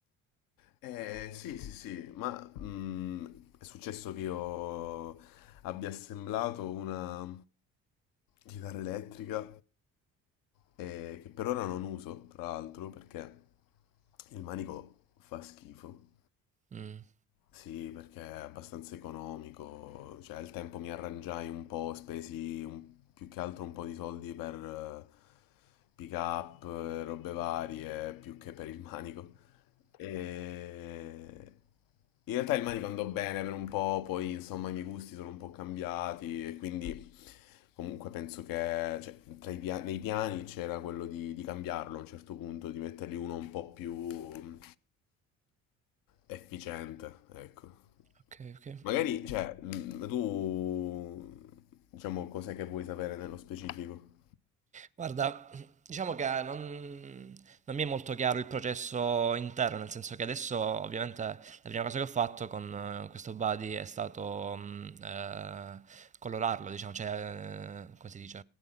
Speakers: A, on the left; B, on the right.
A: Eh, sì, sì, sì, ma mm, è successo che io abbia assemblato una chitarra elettrica eh, che per ora non uso, tra l'altro, perché il manico fa schifo.
B: Mm.
A: Sì, perché è abbastanza economico, cioè al tempo mi arrangiai un po', spesi un più che altro un po' di soldi per eh, pick up, eh, robe varie, più che per il manico. E... In realtà il manico andò bene per un po', poi insomma i miei gusti sono un po' cambiati e quindi comunque penso che cioè, tra i pia- nei piani c'era quello di, di cambiarlo a un certo punto, di mettergli uno un po' più mm, efficiente, ecco.
B: Ok, ok.
A: Magari, cioè, mm, tu, diciamo, cos'è che vuoi sapere nello specifico?
B: Guarda, diciamo che non, non mi è molto chiaro il processo intero, nel senso che adesso ovviamente la prima cosa che ho fatto con eh, questo buddy è stato mm, eh, colorarlo, diciamo, cioè, eh, come si dice?